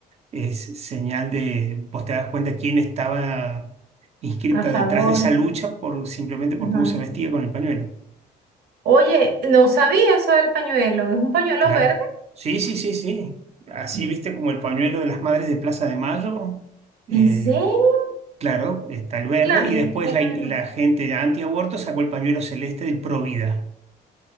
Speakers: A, on the right; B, on the right.
A: es señal de, vos te das cuenta quién estaba inscripta
B: a favor.
A: detrás de esa lucha por, simplemente por
B: Ajá.
A: cómo se vestía con el pañuelo.
B: Oye, no sabía eso del pañuelo. ¿Es un pañuelo
A: Claro.
B: verde?
A: Sí, sí, sí, sí. Así viste como el pañuelo de las madres de Plaza de Mayo. eh,
B: ¿En serio?
A: claro, está el verde.
B: Claro,
A: Y
B: yo
A: después
B: sé
A: la,
B: la
A: la
B: de los-
A: gente antiaborto sacó el pañuelo celeste del Provida.